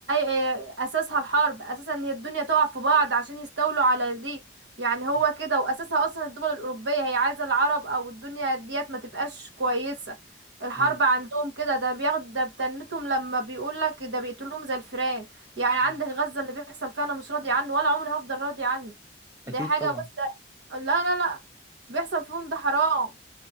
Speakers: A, on the right (about 80°); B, on the right (about 15°).
A: اي- اساسها الحرب اساسا ان هي الدنيا تقع في بعض عشان يستولوا على دي يعني
B: مم.
A: هو كده واساسها اصلا الدول الاوروبيه هي عايزه العرب او الدنيا ديت ما تبقاش كويسه الحرب
B: مم.
A: عندهم كده ده بياخد ده بتنتهم لما بيقول لك ده بيقتلهم زي الفئران يعني عندك
B: مم.
A: غزه اللي بيحصل فيها انا مش راضي عنه ولا عمري هفضل راضي عنه دي
B: أكيد
A: حاجه
B: طبعا
A: بس لا لا لا بيحصل فيهم ده حرام